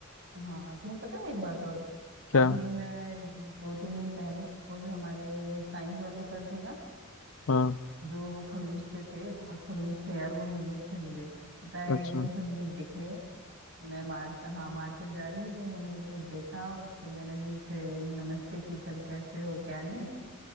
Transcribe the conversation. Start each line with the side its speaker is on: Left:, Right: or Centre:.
Right: हाँ तुम्हें पता है एक बात और
Left: क्या
Right: अभी मैं दो तीन दिन पहले को जो हमारे साइंस वाले सर थे ना
Left: हाँ
Right: जो वो खड़ूस से थे बहुत खड़ूस थे यार वो मिले थे मुझे पता है
Left: अच्छा
Right: एकदम से मुझे दिखे मैं मार हाँ मार्केट जा रही थी तो उन्होंने मेरे को देखा तो मैंने भी उनसे नमस्ते की सर कैसे हो क्या नहीं